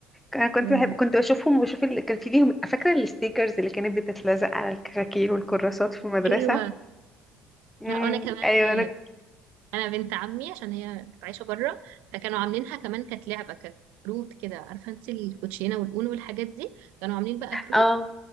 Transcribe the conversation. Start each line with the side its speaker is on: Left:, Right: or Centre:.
Centre: انا كنت
Right: و...
Centre: بحب كنت بشوفهم وبشوف اللي كان في ليهم فاكره الستيكرز اللي كانت بتتلزق على الكراكيب والكراسات في المدرسه
Right: ايوه
Centre: امم
Right: لا انا كمان
Centre: ايوه
Right: آه،
Centre: انا
Right: انا بنت عمي عشان هي عايشة بره فكانوا عاملينها كمان كانت لعبة كانت كروت كده عارفة انت الكوتشينة والاونو والحاجات دي كانوا عاملين بقى كروت
Centre: اه